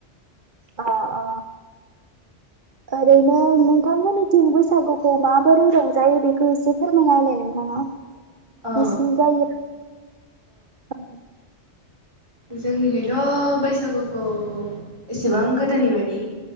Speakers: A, on the right; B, on the right.
A: अ अ ओरैनो नोंथांमोननिथिं बैसागुखौ माबोरै रंजायो बेखौ एसे फोरमायना होलाय नोंथाङा नोंसिनि
B: औ
A: जायगायाव औ
B: जोंनिखैथ' बैसागुखौ एसेबां गोदोनि बायदि